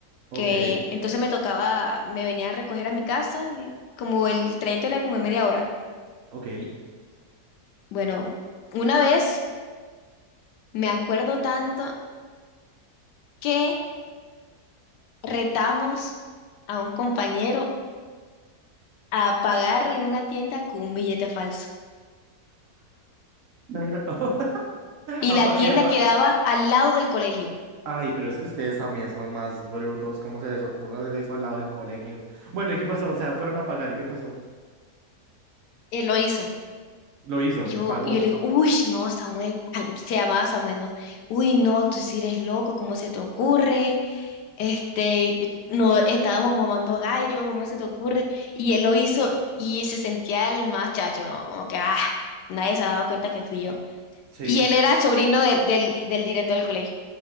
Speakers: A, on the right; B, on the left.
A: Ok,
B: que entonces me tocaba, me venía a recoger a mi casa, y como el trayecto era como de media hora.
A: ok.
B: Bueno, una vez me acuerdo tanto que retamos a un compañero a pagar en una tienda con un billete falso.
A: <laughs>
B: Y la
A: Apa-
B: tienda
A: y apa-
B: quedaba
A: eh,
B: al lado del colegio.
A: Ay, pero es que ustedes también son más brutos. ¿Cómo se les ocurre hacer eso al lado del colegio? Bueno, ¿y qué pasó? O sea, fueron a pagar, ¿y qué pasó?
B: Él lo hizo.
A: Lo hizo,
B: Yo,
A: pagó.
B: yo le digo, uy, no, Samuel, ah, se llamaba Samuel, ¿no? Uy, no, tú sí eres loco, ¿cómo se te ocurre? Este, no, estábamos mamando gallo, ¿cómo se te ocurre? Y él lo hizo y se sentía el más chacho, ¿no? Como que, ah, nadie se había dado cuenta que fui yo.
A: Sí.
B: Y él era el sobrino del, del, del director del colegio.